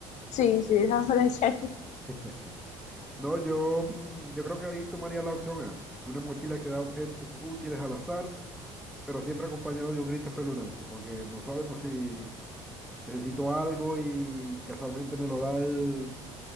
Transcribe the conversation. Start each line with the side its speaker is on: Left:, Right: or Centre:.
Left: Sí, sí, esa <laughs> fue la charla.
Centre: <laughs> No, yo, mm, yo creo que ahí tomaría la opción A, una mochila que da objetos útiles al azar pero siempre acompañado de un grito espeluznante, porque no sabemos si necesito algo y casualmente me lo da el-